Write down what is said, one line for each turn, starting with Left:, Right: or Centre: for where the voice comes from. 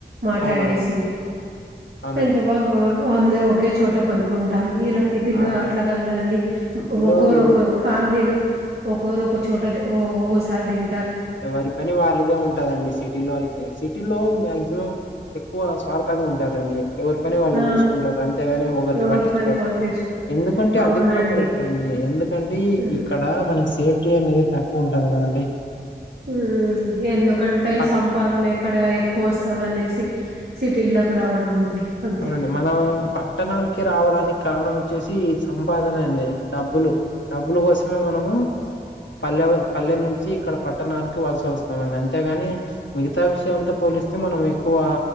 Right: మాట్లాడేసి
Left: అవునవునండి అవునండి
Right: ఎంత బాగో అందరు ఒకే చోట పనుకుంటాం ఇలా సిటీల్లో
Left: ఆ
Right: అట్లా
Left: అది
Right: కాదు గదండి
Left: సిటీలో
Right: ఒకోరొకో
Left: ఎవరు
Right: ఫ్యామ్లీలు ఒకోరొకో చోటది ఓసారి తిం
Left: ఎవరి పని వాళ్ళదే ఉంటాదండి సిటీలో అయితే సిటీలో మ్యాక్సిమం ఎక్కువ స్వార్థంగా ఉంటారండి ఎవరు పని వాళ్ళు
Right: ఆ
Left: చూస్కుంటారు అంతేగాని ఒకర్ది
Right: ఎవరి
Left: పట్టించ్కోరు
Right: పని వాళ్ళు చూసుకు
Left: ఎందుకంటే
Right: అవునండి
Left: అది కూడా కరెక్ట్ అండి ఎందుకంటే
Right: ఆ.
Left: ఇక్కడ మనకి సేఫ్టీ అనేది తక్కువుంటది గదండి
Right: ఉహు ఎందుకంటే
Left: పట్
Right: సంపాదనెక్కడ ఎక్ కోస్తాడనేసి సిటీల్లోకి రావడం అండి అంతే
Left: అవునండి మనం పట్టణాల్కి రావడానిక్కారణం వచ్చేసి సంపాదననే డబ్బులు డబ్బులు కోసమే మనము పల్లె పల్లె నుంచి ఇక్కడ ప ట్టనాన్కి వలస వస్తామండి అంతేగాని మిగతా విష్యాల్తో పోలిస్తే మనం ఎక్కువ